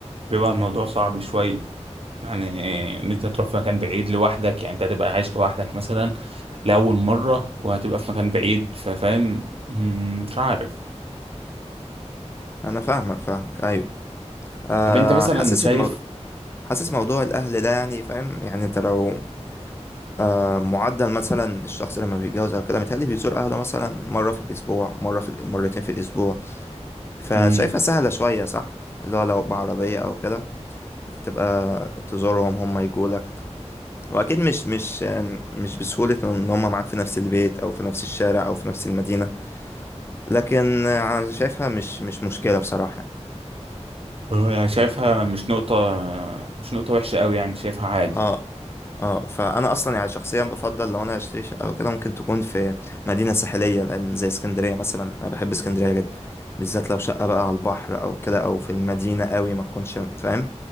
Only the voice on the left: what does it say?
أنا فاهمك فاهمك أيوه أه
حاسس
الموضوع حاسس موضوع الأهل ده يعني فاهم يعني أنت لو آه، معدل مثلا الشخص لما بيتجوز او كده متهيألي بيزور اهله مثلا مره في الاسبوع مره في مرتين في الاسبوع فشايفها
سهله شويه صح اللي هو لو بعربيه او كده تبقى تزورهم هم يجوا لك واكيد مش مش يعني مش بسهوله ان هم معاك في نفس البيت او في نفس الشارع او في نفس المدينه لكن آه، انا شايفها مش مش مشكله بصراحه
اه اه فانا اصلا يعني شخصيا بفضل لو انا هشتري شقه او كده ممكن تكون في مدينه ساحليه لان زي اسكندريه مثلا انا بحب اسكندريه جدا بالذات لو شقه بقى على البحر او كده او في المدينه قوي ما تكونش فاهم